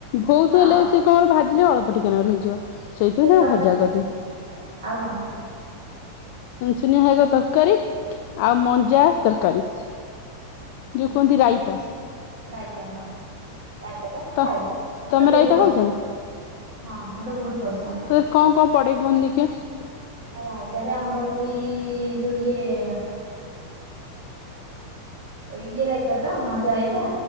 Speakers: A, on the left; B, on the right.
A: ବହୁତ
B: ହଁ
A: ହେଲେ ସେ କଣ ଭାଜିଲେ ଅଳ୍ପ। ପଟିକାନାରେ ର ହେଇଯିବ। ସେଇଥିପାଇଁ
B: ସେ
A: ତାକୁ
B: ତ
A: ଭଜା
B: କରିଟା
A: କରିଦିଏ
B: ଆଉ କଣ?
A: ସୁୁନିଆ ଶାଗ ତରକାରୀ ଆଉ ମଞ୍ଜା ତରକାରୀ।
B: ହଁ
A: ଯୋଉ କୁହନ୍ତି
B: ହଁ
A: ରାଇତା
B: ରାଇତା ହ, ରାଇତା ଟା ମୁଁ
A: ତ
B: ଖାଇଚି
A: ତମେ
B: ମତେ ବହୁତ
A: ରାଇତା
B: ପସନ୍ଦ
A: ଖାଇଛ ନା?
B: ହଁ ମୋର ବହୁତ ପସନ୍ଦ
A: ତ କଣ କଣ ପଡେ କୁହନି ଦେଖିବା
B: ର ରାଇତା ରେ ଆମର ହଉ ଯୋ ଇଏ ଇଏର ଆଇତା ତ ମଞ୍ଜା ରାଇତା?